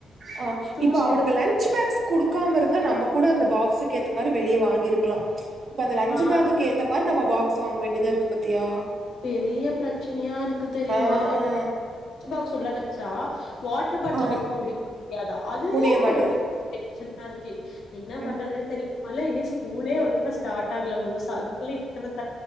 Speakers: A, on the right (about 40°); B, on the left (about 65°).
A: ஆ
B: ஷூஸ்
A: இப்ப அவனுங்க
B: இருக்கு
A: லன்ச் பேக்ஸ் குடுக் க்காம இருந்தா நம்ம கூட அந்த பாக்ஸுக்கு ஏத்த மாரி வெளியே வாங்கிருக்கலா ம்ச் இப்ப அந்த லஞ்சு
B: ஆ
A: பேக்கு ஏத்த மாரி நம்ம பாக்ஸ் வாங்க வேண்டியதா இருக்கு பாத்தியா
B: பெரிய பிரச்சனையா இருக்கு தெரியுமா
A: ஆ
B: <unintelligible> லன்ச்
A: ஆ
B: பாக்ஸ் துல வச்சா வாட்டர் பாட்டில்
A: ஆ
B: வெக்க முடியாதா அது
A: முடிய
B: வேற
A: மாட்டேங்குது
B: ஒரு <inaudible> ஆருக்கி என்ன பண்றதுன்
A: ம்
B: தெரில் மொதல இன்னூ ஸ்கூலே ஒழுங்கா ஸ் டாட் ஆகல முழுசா அதுக்குள்ள இத்தனத்